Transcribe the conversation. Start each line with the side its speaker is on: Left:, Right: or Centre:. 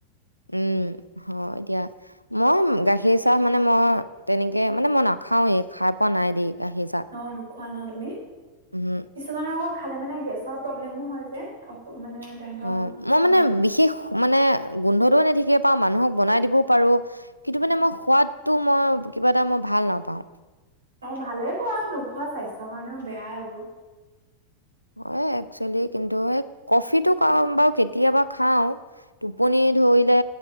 Left: উম হয় দিয়া। মই গাখীৰ চাহ মানে, মই তেনেকে মানে মই নাখাওঁয়েই, খাই পোৱা নাই দেই। গাখীৰ চাহ
Right: ন নোখোৱা ন তুমি?
Left: উম
Right: কিছুমানৰ আকৌ খালে মানে গেছৰ প্ৰব্লেমো হয় যে। মানে তেহেঁতৰ
Left: অ', মই মানে
Right: উম।
Left: বিশেষ মানে গোন্ধটোও এনে ঠিকে পাওঁ, মানুহক বনাই দিবও পাৰো কিন্তু মানে মই সোৱাদটো মই কিবা এটা মই ভাল নাপাওঁ।
Right: অ', ভালে কোৱা নোখোৱা, স্বাস্থ্যৰ কাৰণেও বেয়াই এইবোৰ।
Left: হয় একচুৱেলি, কিন্তু য়ে কফিটো <unintelligible> বাৰু কেতিয়াবা খাওঁ। টোপনি ধৰিলে